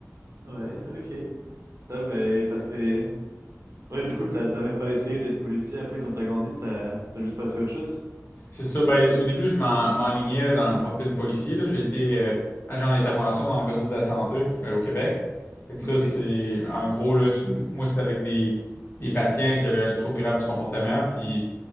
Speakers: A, on the right (about 65°); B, on the left (about 45°).
A: Ouais, ok. T'as, bah, t'as fait... Ouais, du coup, t'as t'as même pas essayé d'être policier après quand t'as grandi, t'as t'as juste passé à autre chose?
B: C'est ça, ben, au début, je m'en- m'enlignais dans un profil policier, là. J'ai été euh, agent d'intervention dans le réseau de la santé euh, au Québec. Fait que
A: ok.
B: ça, c'est, en gros, là, moi, c'était avec des, des patients qui avaient un trouble grave du comportement, puis